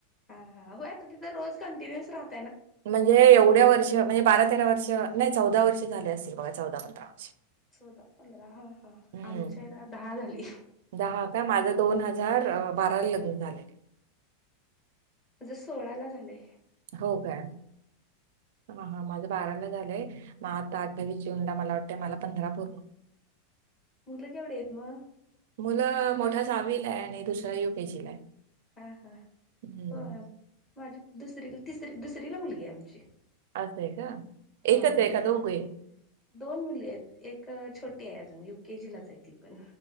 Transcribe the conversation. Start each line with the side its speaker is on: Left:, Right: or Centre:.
Left: हा हा हो आता तिथ रोज कंटिन्युअस राहत
Right: म्हणजे एवढ्या वर्ष, म्हणजे बारा तेरा वर्ष. नाही चौदा वर्ष झाले असतील, बघा चौदा पंधरा. वर्ष
Left: चौदा पंधरा हा हा
Right: हम्म
Left: आमच्याला दहा झाली.
Right: दहा का माझं दोन हजार बाराला लग्न झाले.
Left: माज सोळा ला झालेय.
Right: हो का हा हा माझ बाराला झालंय. मग आता अट्टावीस जून ला मला वाटते मला पंधरा पूर्ण.
Left: मुलं केवढी आहेत मग
Right: मुलं मोठा सावील आहे. आणि दुसरा युकेजी ला आहे.
Left: हा हा
Right: हम्म.
Left: हो म माझी दुसरी तरी दुसरीला मुलगी आहे
Right: असं आहे का एकच
Left: आम
Right: आहे का दोघे
Left: हा दोन मुली आहेत एक एक छोटी आहे अजून युकेजीलाच आहे ती. पण